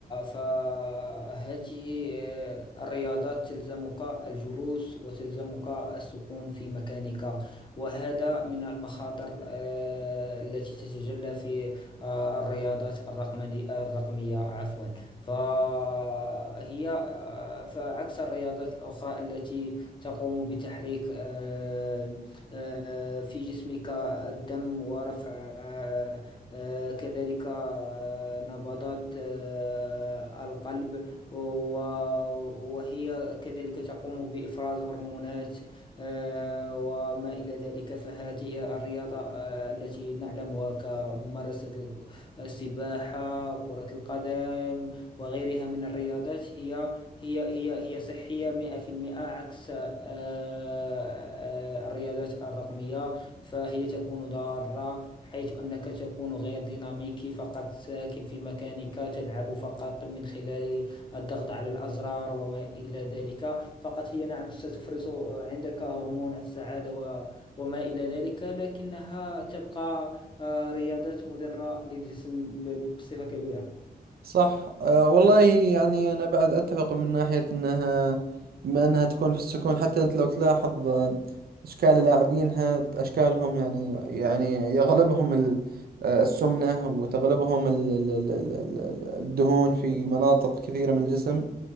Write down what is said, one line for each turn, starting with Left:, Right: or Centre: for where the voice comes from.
Left: فهذه آه، الرياضات تلزمك الجلوس وتلزمك السكون في مكانك وهذا من المخاطر آه، التي تتجلى في آه، الرياضات الرقمني- الرقمية عفوا فهي عكس الرياضات الأخرى التي تقوم بتحريك آه، آه، في جسمك الدم ورفع آه، آه، كذلك آه، نبضات آه، القلب و- وهي كذلك تقوم بإفراز هرمونات آه، وما إلى ذلك فهذه الرياضة آه، التي نعلمها كممارسة السباحة كرة القدم وغيرها من الرياضات هي هي هي هي صحية 100% عكس آه، آه، الرياضات الرقمية فهي تكون ضارة حيث أنك تكون غير ديناميكي فقط ساكن في مكانك تلعب فقط من خلال الضغط على الأزرار وما إلى ذلك فقط هي نعم ستفرز عندك هرمون السعادة و- وما إلى ذلك لكنها تبقى آه، رياضات مضرة للجسم ب- بصفة كبيرة
Right: صح أه والله يعني أنا بعد أتفق من ناحية أنها بما أنها تكون في السكون حتى أنت لو تلاحظ آه، أشكال لاعبينها أشكالهم يعني يعني يغلبهم ال- آه، السمنة وتغلبهم ال- ال- ال- ال- ال- الدهون في مناطق كثيرة من الجسم